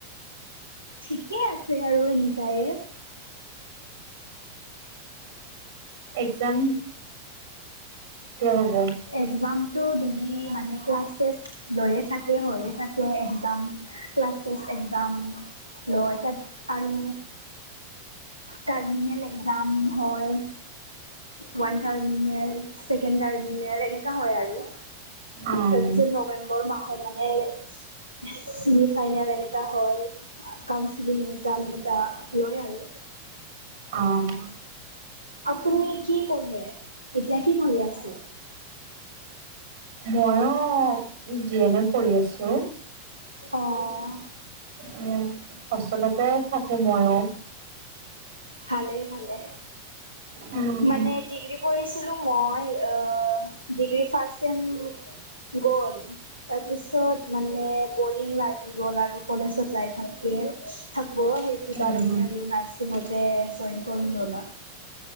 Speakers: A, on the right; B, on the right.
A: ঠিকেই আছে আৰু এনেকাই।
B: একজাম হ'ব
A: একজামটো ডেইলি মানে ক্লাছ টেষ্ট লৈয়ে থাকে হৈয়ে থাকে একজাম। ক্লাছ টেষ্ট এক্সাম ল, তাত আৰু টাৰ্মিনল এক্সাম হয়। ৱান টাৰ্মিনেল ছেকেণ্ড টাৰ্ম এনেকা হয় আৰু
B: অ',
A: তাৰপিছত নৱেম্বৰ মাহত মানে চেমি ফাইনেল এনেকা হয় কাউচিলিং এক্সাম এনেকা লয় আৰু।
B: অ'।
A: আপুনি কি পঢ়ে এতিয়া কি পঢ়ি আছে?
B: ময়ো জি এন এম পঢ়ি আছো।
A: অ',
B: উম, হোষ্টেলতে থাকো ময়ো।
A: ভালেই ভালে
B: উম।
A: মানে ডিগ্ৰী পঢ়ি ছিলোঁ মই অ', ডিগ্ৰী ফাৰ্ষ্ট ছেম গ'ল তাৰপিছত মানে বৰিং লাগি গ'ল আৰু কলেজত যাই থাকে থাক ব' সেইটো কাৰণে
B: উম
A: আৰু নাৰ্চিংতে জইন কৰি ল'লা